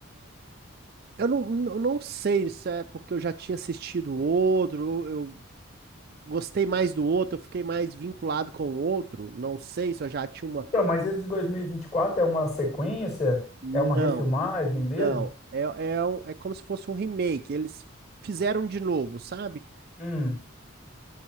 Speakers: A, on the right; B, on the left.
A: Eu não, não não sei se é porque eu já tinha assistido outro, eu, gostei mais do outro, eu fiquei mais vinculado com o outro, não sei se eu já tinha uma.
B: Então, mas esse de 2024 é uma sequência?
A: Não,
B: É uma refilmagem mesmo?
A: não. É, é, um- é como se fosse um remake, eles fizeram de novo, sabe?
B: Hum.